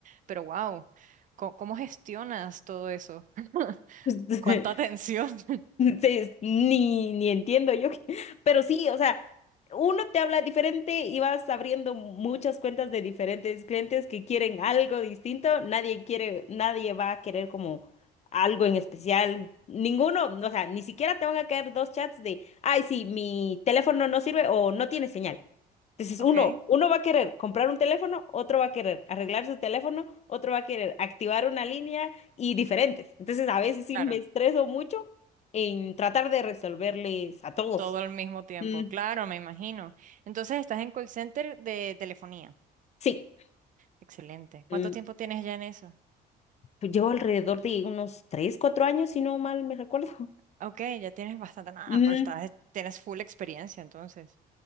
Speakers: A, on the right; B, on the left.
A: Pero wow, ¿cómo, cómo gestionas todo eso? <laughs>
B: <laughs> <laughs>
A: ¿Cuánta atención? <laughs>
B: Sí, ni, ni entiendo yo, qué- pero sí, o sea, uno te habla diferente y vas abriendo muchas cuentas de diferentes clientes que quieren algo distinto, nadie quiere, nadie va a querer como algo en especial, ninguno, no, o sea, ni siquiera te van a caer dos chats de, ay, sí, mi teléfono no sirve o no tiene señal. Entonces
A: Ok,
B: uno, uno va a querer comprar un teléfono, otro va a querer arreglar su teléfono, otro va a querer activar una línea y diferentes. Entonces a veces sí
A: claro,
B: me estreso mucho en tratar de resolverles a todos.
A: todo al mismo tiempo,
B: Mm,
A: claro, me imagino. Entonces estás en call center de telefonía.
B: Sí,
A: Excelente.
B: mm,
A: ¿Cuánto tiempo tienes ya en eso?
B: llevo alrededor de unos 3 4 años, si no mal me recuerdo, <laughs>
A: Ok, ya tienes bastante nada,
B: ujú.
A: pero estás, tienes full experiencia entonces.